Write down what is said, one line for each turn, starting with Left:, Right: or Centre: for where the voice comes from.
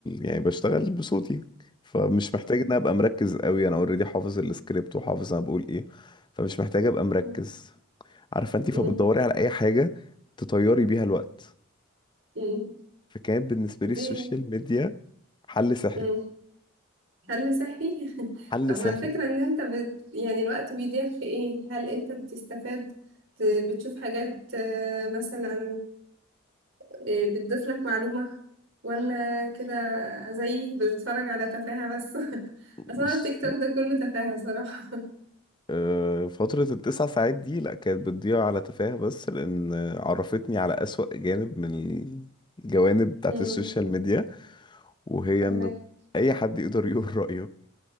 Left: يعني بشتغل بصوتي فمش محتاج ان أنا ابقى مركز قوي انا اوريدي حافظ السكريبت وحافظ انا بقول ايه فمش محتاج ابقى مركز
Right: مم.
Left: عارفه انت
Right: مم.
Left: فبتدوري على اي حاجه تطيري بيها الوقت
Right: مم.
Left: فكان بالنسبه لي السوشيال
Right: دي
Left: ميديا حل سحري
Right: مم. حل سحري <laughs>
Left: حل
Right: طب
Left: سحري
Right: ما الفكرة ان انت بت... يعني الوقت بيضيع في ايه هل انت بتستفاد ت- بتشوف حاجات آه، مثلا آه، بتضيف لك معلومة ولا كده زي بتتفرج على تفاهة بس <laughs>
Left: بصي
Right: اصلا التيك توك ده كله تفاهة صراحة
Left: آه، فترة التسع ساعات دي لأ كانت بتضيع على تفاهة بس لأن عرفتني على أسوأ جانب من الجوانب بتاعت
Right: <laughs> مم.
Left: السوشيال ميديا وهي
Right: فهمك
Left: انه اي حد يقدر يقول رأيه